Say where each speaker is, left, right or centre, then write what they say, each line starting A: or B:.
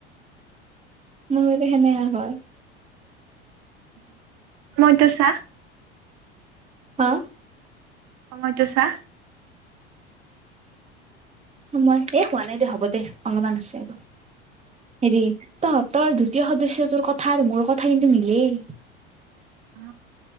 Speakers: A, on the right (about 20°); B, on the right (about 55°).
A: মোৰতে সেনে হয়
B: মইতো চাহ
A: হা
B: সময়টো চা
A: মই এ হোৱা নাই দে হ'ব দে অলপমান আছে আৰু হেৰি তহ তৰ দ্বিতীয় সদস্যটোৰ কথা আৰু মোৰ কথা কিন্তু মিলেই
B: অ